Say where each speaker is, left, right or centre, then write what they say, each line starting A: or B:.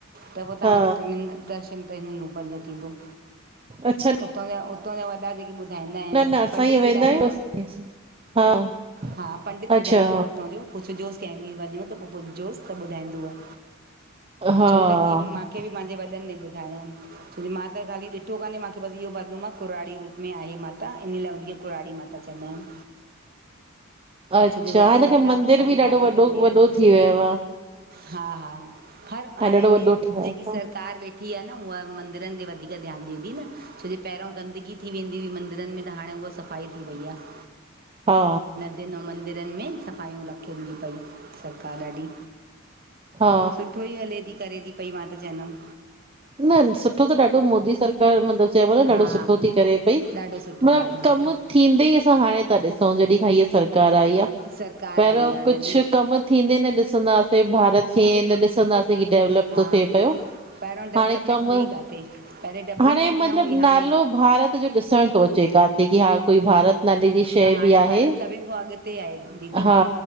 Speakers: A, on the right; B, on the right.
A: त पो
B: हा
A: तव्हांखे ट्रीनि दर्शन ट्रीनि रूपनि जो थींदो।
B: अच्छ
A: उतां जा उतां जा वॾा जेके ॿुधाईंदा अनि
B: न न असां
A: पंडित
B: ईअं वेंदा
A: ॿुधाईंदव।
B: <unintelligible> हा
A: हा पंडित
B: अच्छा
A: ॿुधाईंदों उ हुतां जो पुछजोस कंह ॾींहुं वञो त पो पुछजोस त ॿुधाईंद व।
B: हा
A: छो त की मांखे बि मांजे वॾिन न ॿुधायो अयनि मां त ख़ाली ॾिठो काने, मांखे बसि इहो ॿदिलू मां कुराड़ी रूप में आहे माता इन ला हुनखे कुराड़ी माता त चंयदा अनि।
B: अच्छा
A: छो जो वङा
B: हाणे
A: वृद्धा
B: त ख़ैर मंदिर
A: अवस्था बि धारणि
B: ॾाढो वॾो
A: कंदी आह
B: वॾो
A: न,
B: थी वियो आ।
A: हा हर हाणे
B: ॾाढो वॾो
A: ज
B: ठहियो
A: जेकी
B: तव
A: सरकार वे ठी आह न उह मंदिरनि ते वधीक ध्यानु ॾिए थी न, छो जो पहिरों गंदगी थी वेंदी हुई मंदिरनि में त हाणे उअ सफ़ाई थी वई आह।
B: हा।
A: हिन मंदरनि में सफ़ाइयूं रखेन थी पई सरकार ॾाढी।
B: हा
A: सुठो ई हले थी करे थी पई मां त चवंदमि।
B: न सुठो त ॾाढो मोदी सरकार मतिलबु चइबो न
A: हा
B: ॾाढो सुठो थी करे पई मतिलबु
A: ॾाढो सुठो ॾाढो
B: कमु
A: सुठो
B: थींदे ई असां हाणे था ॾिसूं जॾि खां हिय सरकार आई आ।
A: सरकार
B: पहिरियों
A: आई आहे
B: कुझु
A: जॾहिं
B: कमु थींदे न ॾिसंदाससे, भारत खे न ॾिसंदासीं कि डेवलप
A: हा
B: तो थ थिए पयो।
A: पहिरियों डेवलपमेंट
B: हाणे कमु
A: हुई किथे पहिरें डेवलपमेंट
B: हाणे मतलबु
A: न हुई हाणे
B: नालो भारत जो ॾिसण थो अचे <unintelligible> जेकी हा कोई भारत नाले जी शइ
A: त हाणे
B: बि आहे,
A: भारत सभिनि खां अॻिते आहे दीदी
B: हा